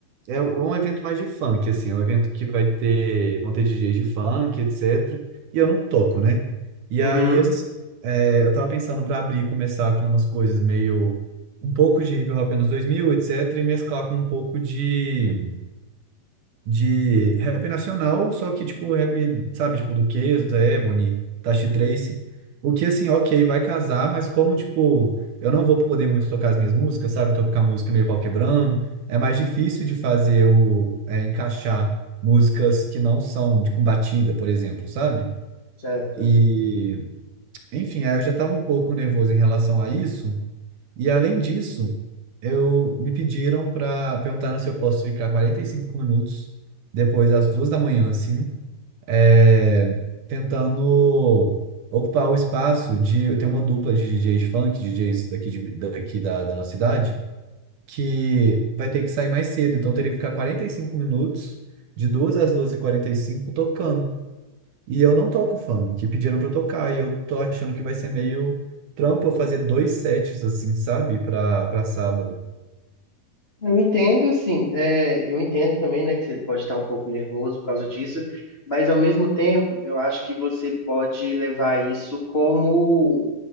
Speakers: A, on the right; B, on the left.
A: é um é um evento mais de funk, assim, é um evento que vai ter, vão ter DJs de funk, etc. E eu não toco, né? E
B: Uhum,
A: aí, assim, é, eu tava pensando pra abrir, e começar com umas coisas meio um pouco de hip hop anos 2000, etc, e mesclar com um pouco de de rap nacional, só que, tipo, rap, sabe, tipo, do Luqueza, Ebony, Tashi Trace. O que, assim, ok, vai casar, mas como, tipo, eu não vou poder muito tocar as minhas músicas, sabe? Tocar música meio pau quebrando. É mais difícil de fazer o, é, encaixar músicas que não são de com batida por exemplo, sabe?
B: certo.
A: E, enfim, aí eu já tava um pouco nervoso em relação a isso. E além disso, eu me pediram para perguntar se eu posso ficar 45 minutos depois das duas da manhã, assim, é, tentando ocupar o espaço de tem uma dupla de DJs funk, DJs daqui, de- daqui da, da nossa cidade, que vai ter que sair mais cedo, então eu teria que ficar 45 minutos de 2 às duas e quarenta e cinco tocando. E eu não toco funk, pediram pra eu tocar, e eu tô achando que vai ser meio trampo eu fazer dois sets, assim, sabe? Pra, pra sábado.
B: Eu entendo, assim, é, eu entendo também, né, que você pode estar um pouco nervoso por causa disso, mas ao mesmo tempo, eu acho que você pode levar isso como